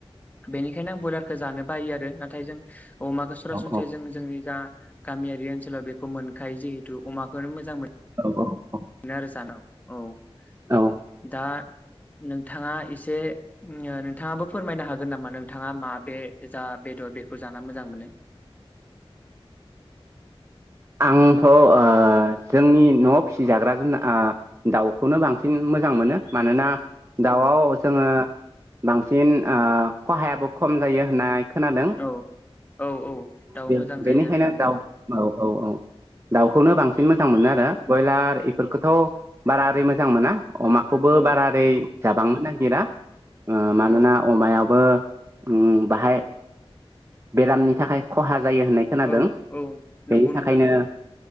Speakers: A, on the left (about 15°); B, on the right (about 30°).
A: बे बेनिखायनो आं ब्रयलारखौ जानो बायो आरो नाथाय जों अमाखौ सरासनस्राय
B: औ
A: जों जोंनि जा गामियारि ओनसोलाव बेखौ मोनखायो जिहेतु अमाखौनो मोजां मोन
B: औ औ ।
A: मोनो आरो जानो औ ।
B: औ
A: दा नोंथाङा एसे नोंथाङाबो फोरमायनो हागोन नामा नोंथाङा मा बे जा बेदर बेखौ जा मोजां मोनो?
B: आंथ' जोंनि नआव फिसिजाग्रा जुना अ दाउखौनो बांसिन मोजां मोनो मानोना दाउआव
A: औ
B: जोङो बां सिन ओ खहायाबो खम जायो होनना खोनादों
A: औ औ औ दाउ
B: बे
A: मोजां
B: बेनिखायनो
A: जायो आरो जानो
B: दाउ औ औ औ दाउखौनो
A: औ
B: बांसिन मोजां मोनो आरो ब्रयलार इफोरखौथ' बारा ओरै मोजां मोना अमाखौबो
A: औ
B: बारा ओरै जाबांनो नागिरा ओ मानोना
A: औ
B: अमायावबो उम बाहाय बेरामनि थाखाय खहा जायो होननाय खोनादों
A: औ औ नंगौ
B: बेनि
A: नोंथां
B: थाखायनो
A: नंगौ